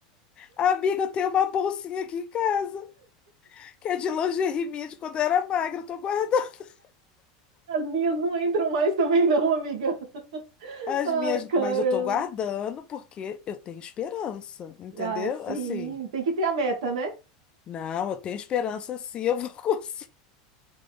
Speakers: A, on the left (about 30°); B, on the right (about 80°).
A: Amiga, eu tenho uma bolsinha aqui em casa, que é de lingerie minha de quando eu era magra. Eu tô guardando
B: As minhas não entram mais também, não, amiga.
A: <laughs> as
B: Ai,
A: minhas,
B: caramba.
A: mas eu tô guardando porque eu tenho esperança, entendeu?
B: Ah, sim,
A: Assim,
B: tem que ter a meta, né?
A: não, eu tenho esperança sim, eu vou <laughs> conseguir.